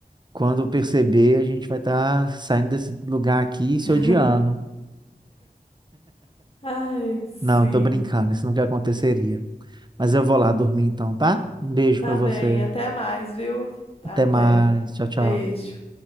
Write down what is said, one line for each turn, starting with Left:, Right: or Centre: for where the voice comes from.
Right: quando perceber, a gente vai estar saindo desse lugar aqui e se
Left: <laughs>
Right: odiando.
Left: Ai, sim.
Right: Não, tô brincando, isso nunca aconteceria. Mas eu vou lá dormir então, tá? Um beijo
Left: Tá
Right: pra você.
Left: bem, até mais, viu? Até.
Right: Até mais. Tchau, tchau.
Left: Beijo.